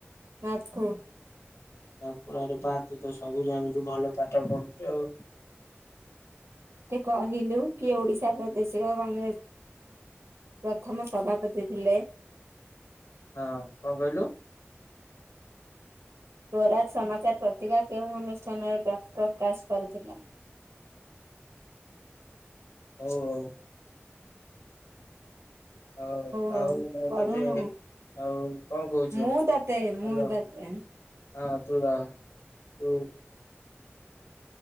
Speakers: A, on the right (about 70°); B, on the left (about 80°).
A: ନା କୁ
B: ନା କୁରେପା ତୁ ତ ସବୁ ଜାଣୁଛୁ ଭଲ ପାଠ ପଢୁଛୁ ଆଉ।
A: ମତେ କହିଲୁ କିଏ ଓଡିଶା ପ୍ରଦେଶିକ କଂଗ୍ରେସ ପ୍ରଥମ ସଭାପତି ଥିଲେ?
B: ହଁ କଣ କହିଲୁ?
A: ସ୍ୱରାଜ ସମାଚାର ପତ୍ରିକା କେଉଁ ଅନୁଷ୍ଠାନରେ ପ୍ରକାଶ କରୁଥିଲା?
B: ହଉ ହଉ। ହଉ
A: ହଉ
B: ଆଉ ମୁଁ
A: ପଢୁନୁ
B: ତତେ ଆଉ କଣ କହୁଛୁ?
A: ମୁଁ ତତେ
B: ହ୍ୟାଲୋ
A: ମୁଁ ତତେ
B: ଆ <unintelligible> ତୁ <unintelligible>